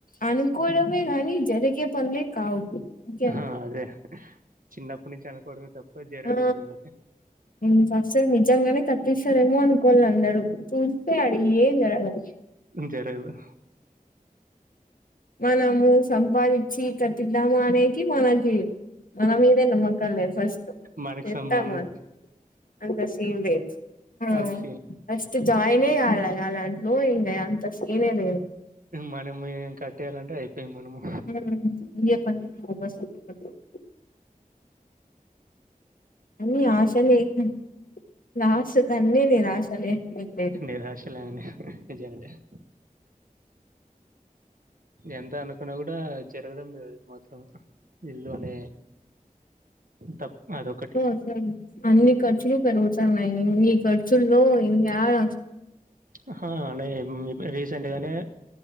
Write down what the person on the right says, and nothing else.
ఆ అదే చిన్నప్పటి నుంచి అనుకోవడమే తప్ప జరగడం
లేదు అది
జరగదు
మనకి
సంబంధ
అది సీన్
మనం ఏం కట్టేయాలంటే అయిపోయిం మనము
నిరాశలేండి <unintelligible> ఎంత అనుకున్నా కూడా జరగడం లేదు మాత్రం ఇల్లు అనే తప్ప అదొకటి
అహా లేదు రీసెంట్గానే